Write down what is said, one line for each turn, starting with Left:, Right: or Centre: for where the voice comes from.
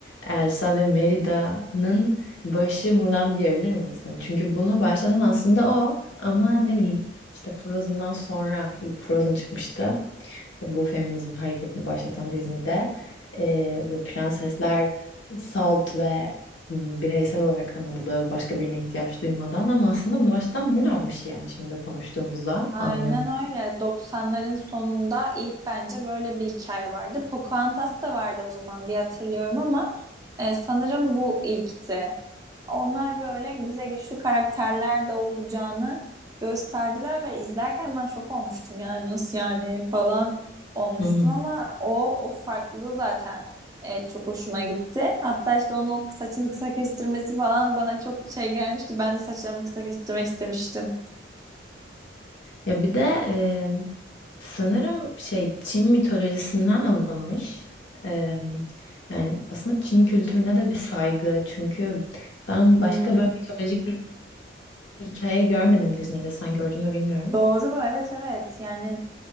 Left: Elsa ve Merida'nın başı Mulan diyebilir miyiz? Hani çünkü bunu başlatan aslında o ama ne bileyim işte Frozen'dan sonra ilk Frozen çıkmıştı bu feminizm hareketini başlatan Disney'de e, böyle prensesler salt ve m, bireysel olarak anıldı başka birine ihtiyaç duymadan ama aslında bunu başlatan Mulan'mış yani şimdi konuştuğumuzda
Right: Aynen
Left: anlıyorum.
Right: öyle. 90'ların sonunda ilk bence böyle bir hikaye vardı. Pocahontas da vardı o zaman diye hatırlıyorum ama e, sanırım bu ilkti. Onlar böyle bize güçlü karakterler de olacağını gösterdiler ve izlerken ben şok olmuştum. Yani nasıl yani falan olmuştum
Left: Hı hı.
Right: ama o o farklılığı zaten e, çok hoşuma gitti. Hatta işte onun o saçını kısa kestirmesi falan bana çok şey gelmişti. Ben de saçlarımı kısa kestirmek istemiştim.
Left: Ya bir de e, sanırım şey Çin mitolojisinden alınmış. E, yani aslında Çin kültürüne de bir saygı. Çünkü ben
Right: Hmm.
Left: başka böyle mitolojik bir hikaye görmedim Disney'de. Sen gördün mü bilmiyorum.
Right: Doğru, evet evet. Yani